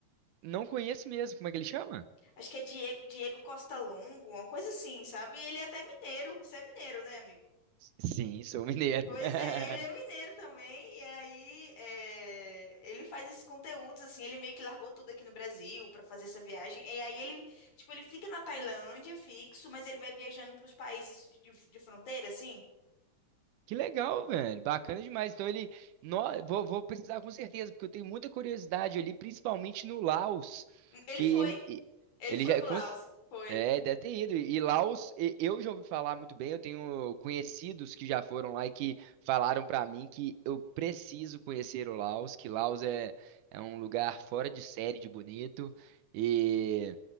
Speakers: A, on the right; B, on the left.
A: Não conheço mesmo, como é que ele chama?
B: Acho que é Diego, Diego Costa Longo, uma coisa assim, sabe? E ele é até mineiro. Você é mineiro, né, amigo?
A: Sim, sou mineiro.
B: Pois
A: <laughs>
B: é, ele é mineiro também, e aí é, ele faz esses conteúdos, assim, ele meio que largou tudo aqui no Brasil pra fazer essa viagem, e aí ele, tipo, ele fica na Tailândia fixo, mas ele vai viajando pros países de, de fronteira, assim.
A: Que legal, velho. Bacana demais. Então ele. No... Vou, vou precisar com certeza, porque eu tenho muita curiosidade ali, principalmente no Laos.
B: Ele
A: Que
B: foi,
A: ele. e-
B: ele
A: Ele
B: foi
A: já.
B: pro
A: com-
B: Laos, foi.
A: É, deve ter ido. E Laos, e- eu já ouvi falar muito bem. Eu tenho conhecidos que já foram lá e que falaram pra mim que eu preciso conhecer o Laos, que Laos é, é um lugar fora de série de bonito. E.